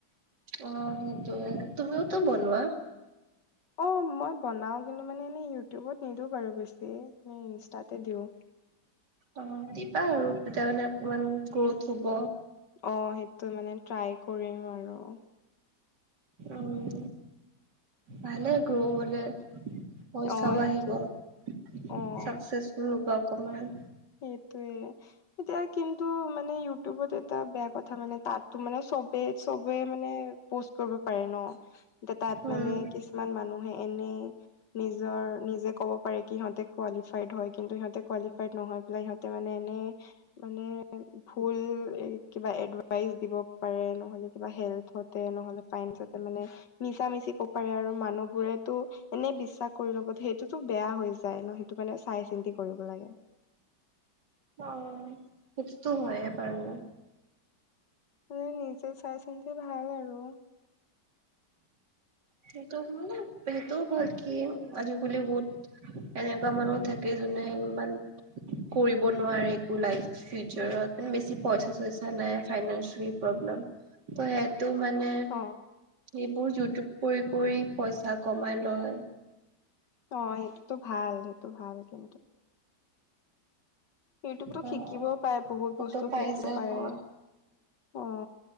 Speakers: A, on the right; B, on the left.
A: অ' সেইটো তুমিওত বনোৱা।
B: অ' মই বনাও কিন্তু মানে এনে ইউটিউবত নিদিওঁ বাৰু বেছি। হেই মই ইনষ্টাতে দিওঁ।
A: অ' দিবা আৰু তেতিয়া মানে অকমান গ্ৰথ হ'ব।
B: অ' সেইটো মানে ট্ৰাই কৰিম আৰু।
A: উম, ভালেই। গ্ৰ' হলে পইচাও
B: অ সেইটো
A: আহিব চাকচেচফুল
B: অ
A: হ'ব। অকমান
B: সেইটোয়ে এতিয়া কিন্তু মানে ইউটিউবত এটা বেয়া কথা মানে তাতো মানে চবে চবে মানে পষ্ট কৰিব পাৰে ন এ তাত
A: উম।
B: মানে কিছুমান মানু হয় এনে নিজৰ নিজে ক'ব পাৰে কিহতে কোৱালিফাইট হয় কিন্তু সিহঁতে কোৱালিফাইট নহয়। তোলাই হীহঁতে মানে এনে মানে ভুল কিবা এডভাইচ দিব পাৰে। এনু হলে কিবা হেল নহলে ফাইটতে মানে মিছা মিছি ক'ব পাৰে আৰু মানুহ বোৰেতো এনে বিশ্বাস কৰি ল'ব সেইটোতো বেয়া হৈ যায় ন সেইটো কাৰনে চাই চিন্তি কৰিব লাগে।
A: অ', সেইটোতো হয়ে বাৰু।
B: মানে নিজে চাই চিন্তি ভাল আৰু
A: সেই মানে সেইটোও বা কি আজিকালি বহুত এনেকুৱা মানুহ থাকে যোনে ইমান কৰিব নোৱাৰে একো লাইভ চিপ বেছি পইচা চইচা নাই ফাইনেনঞ্চিয়েল প্ৰব্লেম ত হেয়াই তটো মানে
B: অ
A: এইবোৰ ইউটিউব কৰি কৰি পইচা কমাই লয়
B: অ সেইটোতো ভাল, সেইটো ভাল কিন্তু। ইউটউবতো
A: অ
B: শিকিবও পাৰে বহুত
A: সেইটো
B: বস্তু
A: পাই
B: শিকিব
A: যায়
B: পাৰে
A: অকমান
B: অ